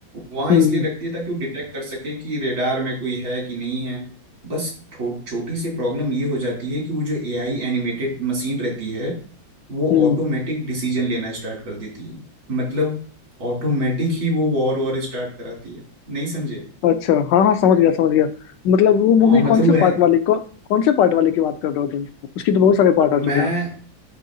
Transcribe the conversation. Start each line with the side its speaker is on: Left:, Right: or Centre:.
Right: वहां
Left: हम्म
Right: इसलिए रखती है ताकि वो डिटेक्ट कर सके कि रेडार में कोई है कि नहीं है बस थो, छोटी सी प्रॉब्लम ये हो जाती है कि वो जो एआई एनिमेटेड मशीन रहती है वो
Left: हम्म
Right: ऑटोमेटिक डिसीजन लेना स्टार्ट कर देती है मतलब ऑटोमेटिक ही वो वॉर वॉर स्टार्ट कराती है नहीं समझे
Left: अच्छा हाँ हाँ समझ गया समझ गया मतलब वो मूवी
Right: हाँ मतलब
Left: कौन से
Right: वो है
Left: पार्ट वाली कौ, कौन से पार्ट वाले की बात कर रहे हो तुम उसकी तो बहुत सारे पार्ट आ
Right: मैं
Left: चुके हैं